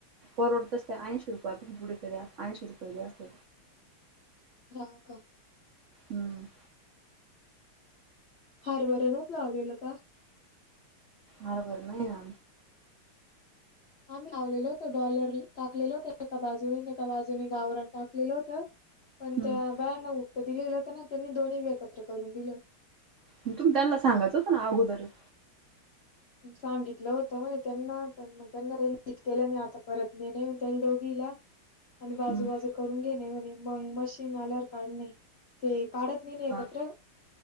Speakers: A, on the right (about 80°); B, on the left (about 65°).
A: परवडते असते, ऐशीरुपये पासुन कुठेतरी ऐंशी रुपये जास्त
B: हो का.
A: हम्म
B: हार वरणूच लावलेलं का?
A: हारभरं नई ना
B: आम्ही लावलेल होतो, डॉलर टाकलेलो होत एका बाजूने आन एका बाजूने गावराण टाकलेलं होतं. पण
A: हम्म
B: त्या बायांना उक्त दिलेलं होतं ना, त्यांनी दोन्हीबी एकत्र करून दिलं.
A: म तुम्ही त्यांना सांगायचं होतं ना आगोदरच.
B: सांगितलं होत म्हणे त्यांना, पण मग त्यांना रट इतकन केलं नाही आता परत न नाही त्याला दोघीला. <inaudible> आणि बाजूबाजू
A: हम्म
B: करून घेणे म्हणे, मग मशीन आल्यावर काढणे, ते काढत नाही ना एकत्र
A: हा